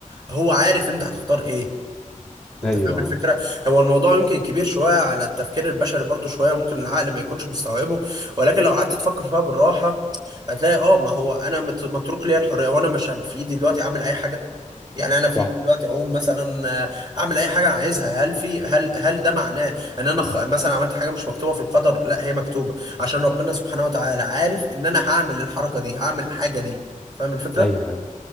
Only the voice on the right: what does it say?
هو عارف انت هتختار ايه انت
فاهم الفكره هو الموضوع يمكن كبير شويه على التفكير البشري برضو شويه ممكن العقل ما يكونش مستوعبه ولكن لو قعدت تفكر فيها بالراحه هتلاقي اه ما هو انا مت- متروك ليا الحريه وانا مش في ايدي دلوقتي اعمل اي حاجه يعني انا في
ايدي دلوقتي اقوم مثلا آه، اعمل اي حاجه انا عايزها هل في هل هل ده معناه ان انا خ- مثلا عملت حاجه مش مكتوبه في القدر لا هي مكتوبه عشان ربنا سبحانه وتعالى عارف ان انا هعمل الحركه دي هعمل الحاجه دي فاهم الفكره؟